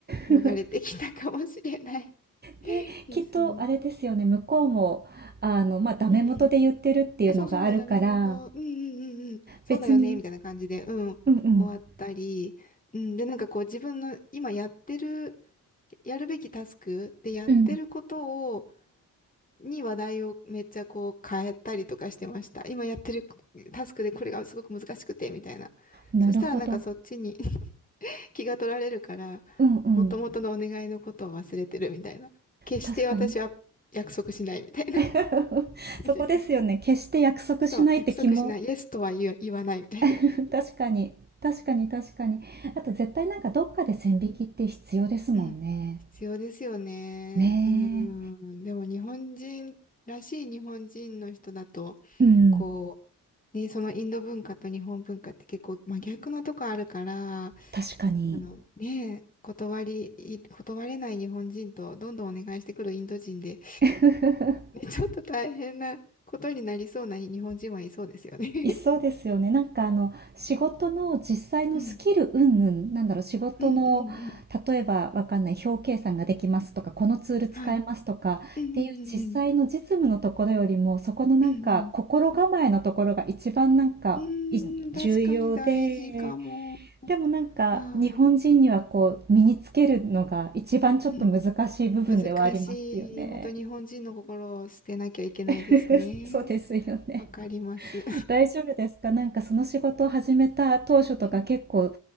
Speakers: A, on the left; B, on the right.
A: 逃れてきたかもしれない
B: うん。<laughs> で、
A: ですね。
B: きっとあれですよね、向こうも、あの、まあ、ダメ元で言ってるっていうのがあるから、
A: うんうんあ、そうそうそう、ダメ元、うんうんうんうん、そうだよね、
B: 別に、
A: みたいな感じで、うん、
B: うんうん、
A: 終わったり、うん、で、なんかこう自分の今やってる、やるべきタスクでやってることを、
B: うん、
A: に話題をめっちゃこう変えたりとかしてました。今やってるタスクでこれがすごく難しくて、みたいな。
B: なるほど。
A: そしたらなんかそっちに <laughs> 気が取られるから、
B: うんうん、
A: もともとのお願いのことを忘れてるみたいな。決して私は約束しないみたいな感
B: 確かに。<laughs> そこですよね、
A: じで。
B: 決して約束しないって気も、
A: そう、約束しない。イエスとは言わ言わないみたいな。
B: <laughs> 確かに、確かに確かに。あと絶対なんかどっかで線引きって必要ですもんね。
A: うんうん必要ですよね。
B: ね
A: うん。でも日本人らしい日本人の人だと、
B: え、うん、
A: こう、ね、そのインド文化と日本文化って結構真逆なとこあるから、あ
B: 確かに。
A: のね、断り、い断れない日本人とどんどんお願いしてくるインド人で、
B: <laughs>
A: ね、ちょっと大変なことになりそうな日本人はいそうですよね。
B: いそうですよね。なんかあの、仕事の実際のスキル云々、
A: <laughs> うん。
B: なんだろう、仕事の、
A: うんうんうん。
B: 例えばわかんない、表計算ができますとか、このツール使えますとかっていう実際の実務のところよりも、
A: はい。うんうんうんうん。
B: そこのなんか心構えのところが一番なんかい重要で、
A: うんうん。うーん、確かに大事かも。
B: でもなんか日本人にはこう身につけるのが一番ちょっと難しい部分ではありますよね。
A: はい。うん難しい。本当日本人の心を捨てなきゃいけないですね。
B: <laughs> そうですよね。
A: わかります。
B: 大丈夫ですかなんかその仕事を始めた当初とか結構
A: <laughs> うん。